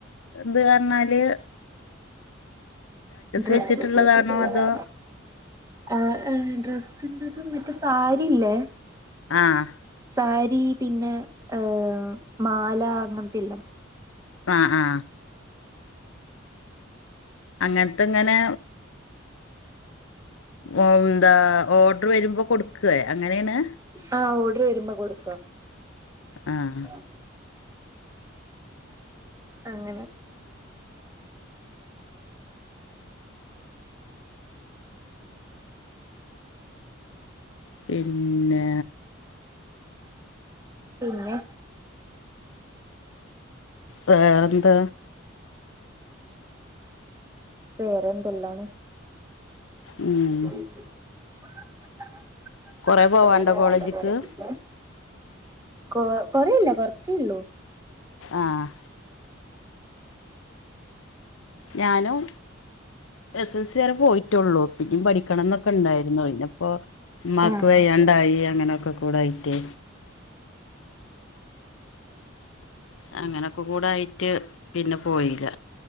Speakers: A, on the left; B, on the right.
A: ത് അർഞ്ഞാല്
B: ഡ്രസ്
A: വെച്ചിട്ടുള്ളതാണോ
B: <unintelligible>
A: അതോ
B: ആഹ് ഡ്രസ്സിന്റത് മറ്റേ സാരില്ലേ
A: ആഹ്
B: സാരി പിന്നെ ഏഹ് മാല അങ്ങൻത്തെല്ലം
A: ആഹ് ആഹ് അങ്ങൻത്തെ ങ്ങനെ ഒം ന്താ ഓഡ്റ് വരുമ്പോ കൊട്ക്കേ അങ്ങനേണ്
B: ആഹ് ഓഡ്ർ വരുമ്പോ കൊടുക്ക
A: ആഹ്
B: അഹ് അങ്ങനെ
A: പിന്നെ
B: പിന്നെ
A: വേറെന്ത
B: വേറെന്തെല്ലാ
A: ഉം
B: <unintelligible>
A: കൊറെ പോവാണ്ടോ കോളേജിക്ക്
B: കൊ കൊറയില്ല കൊറ്ച്ചെ ഒള്ളൂ.
A: ആഹ് ഞാനും എസ് എസ് സി വരെ പോയിറ്റൊള്ളു പിന്നും പഠി ക്കണം എന്നൊക്കെ ഉണ്ടായിരുന്നു ഇനെപ്പോ ഇമ്മാക്ക്
B: ആഹ്
A: വയ്യാണ്ടായി. അങ്ങനെ ഒക്കെ കൂടായിട്ട്. അങ്ങനെ ഒക്കെ കൂടെ ആയിട്ട് പിന്നെ പോയില്ല.